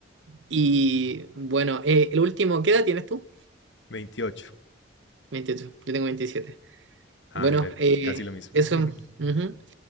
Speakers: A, on the right; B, on the left.
A: Y bueno, eh, el último, ¿qué edad tienes tú?
B: 28.
A: 28, yo tengo veintisiete
B: Ah,
A: Bueno,
B: mira,
A: eh,
B: casi lo mismo.
A: eso,
B: <laughs>
A: ujú.